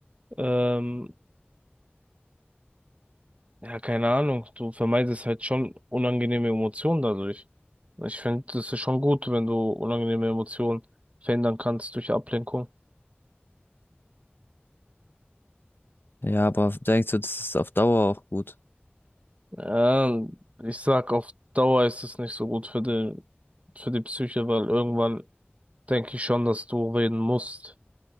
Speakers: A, on the right (about 35°); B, on the left (about 60°).
A: Ähm, ja, keine Ahnung. Du vermeidest halt schon unangenehme Emotionen dadurch. Ich finde, das ist schon gut, wenn du unangenehme Emotionen verändern kannst durch Ablenkung.
B: Ja, aber denkst du, das ist auf Dauer auch gut?
A: Ähm, ich sag, auf Dauer ist es nicht so gut für den, für die Psyche, weil irgendwann denke ich schon, dass du reden musst.